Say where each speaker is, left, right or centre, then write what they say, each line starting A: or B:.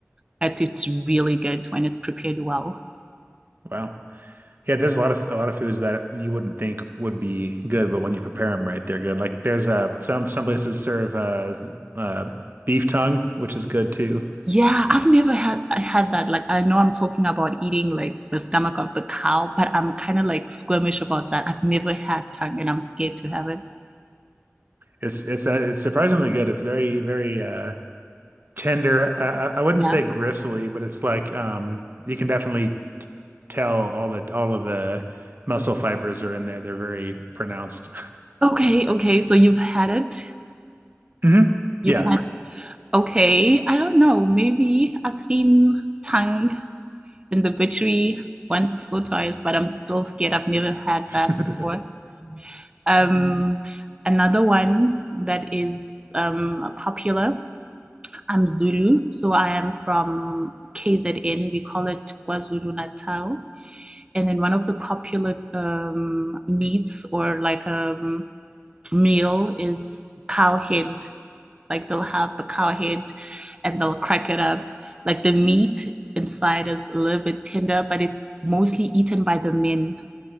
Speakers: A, on the right (about 20°); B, on the right (about 45°).
A: but it's really good when it's prepared well
B: Wow. Yeah, there's a lot of a lot of foods that you wouldn't think would be good, but when you prepare them right, they're good. Like there's uh some some places serve uh uh beef tongue, which is good too.
A: yeah I've never had I had that like I know I'm talking about eating like the stomach of the cow but I'm kind of like squeamish about that I've never had tongue and I'm scared to have it
B: It's it's uh, it's surprisingly good. It's very very uh tender. I, I I wouldn't
A: yeah
B: say gristly, but it's like um you can definitely t- tell all the all of the muscle fibers are in there. They're very pronounced.
A: okay okay so you've had it
B: <laughs> hmm
A: you've
B: Yeah.
A: had okay I don't know maybe I've seen tongue in the butchery once or twice, but I'm still scared. I've never had
B: <laughs>
A: that before. Um, another one that is um, popular, I'm Zulu. So I am from KZN. We call it KwaZulu Natal. And then one of the popular um, meats or like a um, meal is cow head. Like they'll have the cow head and they'll crack it up. Like the meat inside is a little bit tender, but it's mostly eaten by the men.